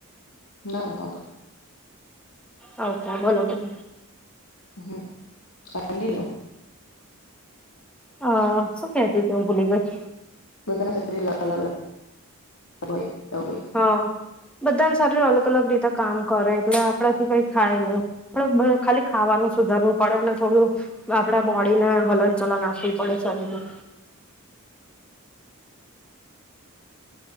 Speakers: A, on the left; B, in the centre.
A: ના નતો આવતો.
B: આવતો બોલો બેન.
A: હમ્મ કંટીન્યુ.
B: હા શું કેતી ત હું ભૂલી ગઈ.
A: બધા ના શરીર અલગ અલગ હોય. એવું કઈક
B: હ. બધાને શરીર અલગ અલગ રીતે કામ કરે એટલે આપણેથી કઈ થાય નહી ખાલી ખાવાનું સુધારવું પડે અને થોડું આપડા બોડીને હલન ચલન આપવું પડે શરીર